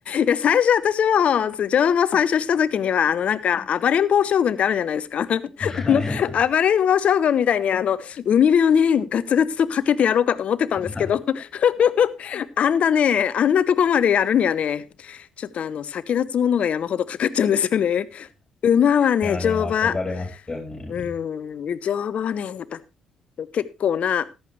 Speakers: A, on the left (about 55°); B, on the left (about 20°).
A: や、最初私も、乗馬最初した時には、あの、なんか、暴れん坊将軍ってあるじゃないですか。<laughs> あ
B: はい。
A: の、暴れん坊将軍みたいに、あの、海辺をね、ガツガツとかけてやろうかと思ってたんですけど、
B: <laughs>
A: <laughs> あんだね、あんなとこまでやるにはね、ちょっとあの、先立つものが山ほどかかっちゃうんですよね。馬はね、
B: いや、
A: 乗馬。
B: でも憧れますよね。
A: うーん、乗馬はね、やっぱ結構な